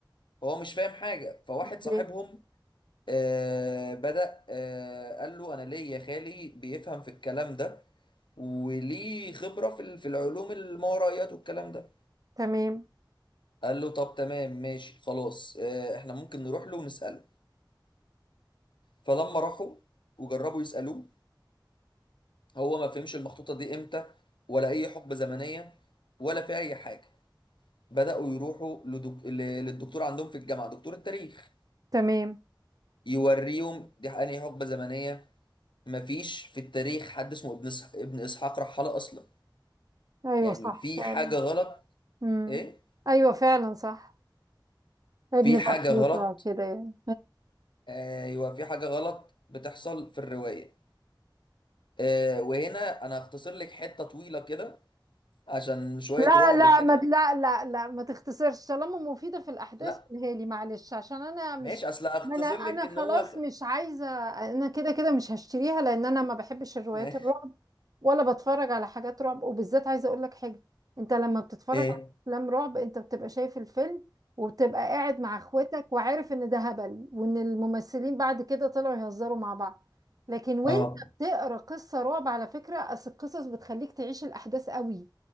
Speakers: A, on the left; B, on the right.
A: فهو مش فاهم حاجة فواحد
B: اوكي
A: صاحبهم آه بدأ آه قال له انا ليه يا خالي بيفهم في الكلام ده وليه خبرة في ال- في العلوم الماورائيات والكلام ده
B: تمام
A: قال له طب تمام ماشي خلاص آه احنا ممكن نروح له ونسأله فلما راحوا وجربوا يسألوه هو ما فهمش المخطوطة دي امتى ولا أي حقبة زمنية ولا في أي حاجة بدأوا يروحوا لدك... ل- للدكتور عندهم في الجامعة دكتور التاريخ
B: تمام
A: يوريهم دي أنهي حقبة زمنية مفيش في التاريخ حد اسمه ابن إس... ابن إسحاق رحالة أصلا
B: ايوه
A: يعني
B: صح
A: في
B: فعلا
A: حاجة غلط
B: امم
A: إيه؟
B: ايوه فعلا صح ابن
A: في حاجة
B: بطوطة
A: غلط
B: كده يعني
A: أيوه في حاجة غلط بتحصل في الرواية آه، وهنا أنا هختصر لك حتة طويلة كده عشان شوية
B: لا
A: رعب
B: لا
A: كده
B: ما لا لا لا ما تختصرش طالما مفيدة في الأحداث
A: لا
B: قولها لي معلش عشان أنا مش
A: ماشي اصل اختصر
B: ما أنا أنا
A: لك ان
B: خلاص
A: هو خ...
B: مش عايزة أنا كده كده مش هشتريها لأن أنا ما بحبش الروايات
A: ما...
B: الرعب ولا بتفرج على حاجات رعب وبالذات عايزة أقول لك حاجة أنت لما بتتفرج
A: ايه
B: على أفلام رعب أنت بتبقى شايف الفيلم وبتبقى قاعد مع إخواتك وعارف إن ده هبل وإن الممثلين بعد كده طلعوا يهزروا مع بعض لكن وأنت
A: اه
B: بتقرأ قصة رعب على فكرة أصل القصص بتخليك تعيش الأحداث قوي